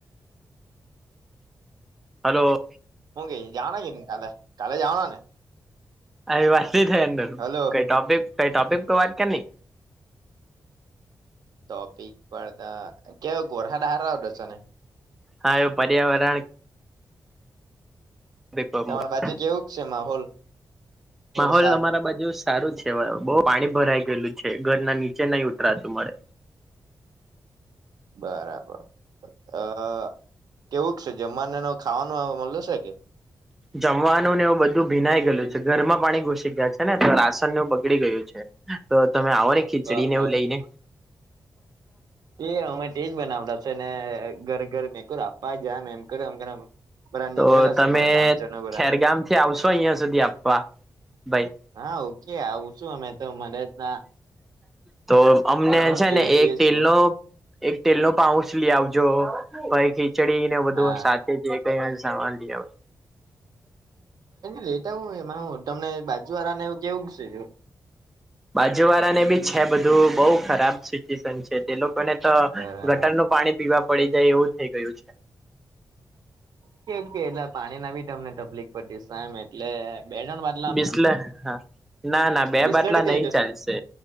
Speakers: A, in the centre; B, on the right.
A: હાલો.
B: હું કેઈ જવાના કે ની કાલે, કાલે જવાના ને?
A: આવી વાત ન થાય અંદર,
B: હલો
A: કઈ ટોપિક કઈ ટોપિક તો વાત કર ની.
B: ટોપિક પરતા કેવક વર્હદ હારો આવતો હેન?
A: હા એવ પર્યાવરણ <unintelligible>
B: તમારી બાજુ કેવુંક છે માહોલ
A: માહોલ
B: વરસાદ
A: અમારા બાજુ સારું છે બવ પાણી ભરાઈ ગયેલું છે ઘર ના નીચે નહી ઉતરાતું મળે.
B: બરાબર અ કેવુંક શે? જમવાને એનો ખાવાનું મલે શે કે?
A: જમવાનું ને એવું બધું ભીનાઈ ગયેલું છે ઘરમાં પાણી ઘુસી ગયા છે ને તો રાસનનું બગડી ગયું છે. તો તમે આવો ને ખીચડીને
B: બરાબર
A: એવું લઈ ને.
B: એ અમે તેજ બનાવડાશે ને ઘર ઘર મેંક આપવા જમ એમ કર્યું એમ. બધા
A: તો
B: નીકળેલા
A: તમે
B: છે અમારા ગામજનો બધા
A: ખેરગામ થી આવશો અહિયાં સુધી આપવા? ભાઈ
B: હા ઓકે આવું છું અમે તો મને જ ના
A: તો અમને
B: હું
A: છે
B: કે
A: ને
B: તે
A: એક ટટેલ
B: છે
A: નો એક તેલ નું પાઉચ લી આવજો પહી ખીચડીને બધું
B: હા
A: સાથે જ કઈ સાવાન લઈ આવ.
B: લેટા આવ એ તમને બાજુવાળાને એવું કેવુંક છે?
A: બાજુવાળા ને બી છે બધું બઉ ખરાબ સિચ્યુએશન છે. એ લોકોને તો
B: બરાબર
A: ગટર નું પાણી પીવા પડી જાય એવું થઈ ગયું છે.
B: કે એટલે પાણી ના બી તમને તકલીફ પતી સામ એટલે બે તણ વાત
A: બિસ્લે ના ના બે
B: બિસ્લેરી
A: બાટલા
B: જેવી
A: નઈ
B: જશે
A: ચાલશે.